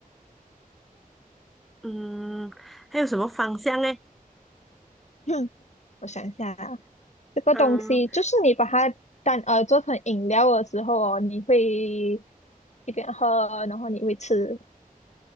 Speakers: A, in the centre; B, on the left.
A: 嗯，还有什么方向呢？
B: <clears throat> 我想一下啊，这个东西就是你把它当呃做成饮料的时候哦，
A: 嗯。
B: 你会一边喝，然后你会吃。